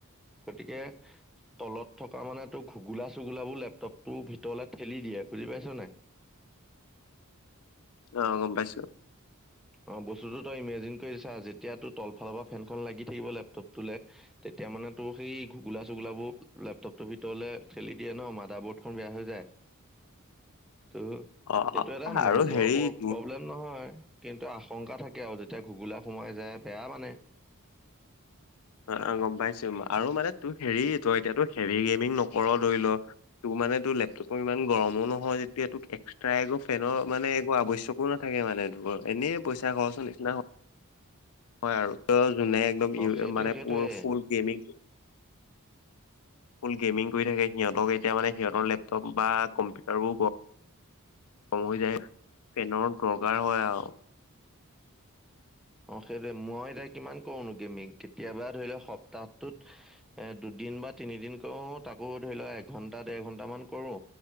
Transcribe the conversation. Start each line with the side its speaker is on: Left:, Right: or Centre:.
Centre: গতিকে তলত থকা মানেটো ঘুগোলা-চুগুলাবোৰ লেপটপটোৰ ভিতৰলে ঠেলি দিয়ে বুজি পাইছ নাই?
Left: অ গম পাইছো।
Centre: অ বস্তুতো তই ইমেজিন কৰিছা যেতিয়া তোৰ তলফালৰ পৰা ফেনখন লাগি থাকিব লেপটপটোলে তেতিয়া এতিয়া মানে তোৰ সেই ঘুগোলা চুগোলাবোৰ লেপটপটোৰ ভিতৰলে ঠেলি দিয়ে ন মাডাৰ বৰ্ড খন বেয়া হৈ যায়।
Left: <inaudible>
Centre: ত
Left: অ
Centre: এইটো
Left: অ
Centre: এটা মেজৰ
Left: আৰু হেৰি
Centre: প্ৰ
Left: তোৰ
Centre: প্ৰব্লেম নহয়। কিন্তু আশংকা থাকে আৰু যেতিয়া ঘুগোলা সোমাই যায় বেয়া মানে।
Left: অ অ গম পাইছো আৰু মানে তোৰ হেৰি তই এতিয়া হেভি গেমিং নকৰ ধৰি ল তো- মানে এইটো লেপটপটো ইমান গৰমো নহয় যেতিয়া তোক এক্সট্ৰা একো ফেনৰ মানে একো আৱশ্যকো নাথাকে মানে এনেই পইচা খৰচৰ নিচিনা হল হয় আৰু তো যোনে একদম
Centre: অ সেইটোৱে
Left: মানে
Centre: সেইটোৱে
Left: ফুল গেমিং ফুল গেমিং কৰি থাকে সিহঁতক এতিয়া মানে সিহঁতৰ লেপটপ বা কম্পিউটাৰবোৰ গ সময় যায় আৰু ফেনৰ দৰকাৰ হয় আও
Centre: অ সেইটোৱে। মই এতিয়া কিমান কৰোনো গেমিং কেতিয়াবা ধৰি লোৱা সপ্তাহটোত এ দুদিন দিন বা তিনিদিন কৰো। তাকো ধৰি লোৱা এঘন্টা, দেৰ ঘন্টামান কৰো।